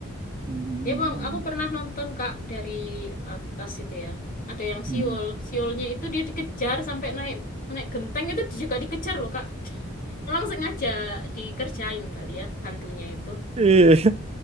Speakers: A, on the right; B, on the left.
A: Hmm.
B: Ya, Bang, aku pernah nonton Kak dari atas itu ya. Ada yang
A: hmm.
B: siul, siulnya itu dia dikejar sampai naik naik genteng itu juga dikejar loh Kak. <laughs> Memang sengaja dikerjain kali ya hantunya itu.
A: Iya,